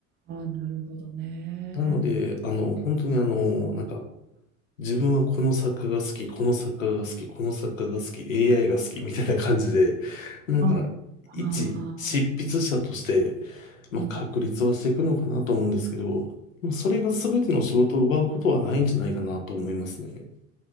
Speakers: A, on the right; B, on the left.
A: あ、ああ、なるほどね。
B: なので、あの、本当にあの、なんか、自分はこの作家が好き、この作家が好き、この作家が好き、AI が好きみたいな感じで、なんか、
A: あ、
B: 一執筆者として、
A: ああ、
B: まあ、
A: うん
B: 確立はしていくのかなと思うんですけど、まあそれが全ての仕事を奪うことはないんじゃないかなと思いますね。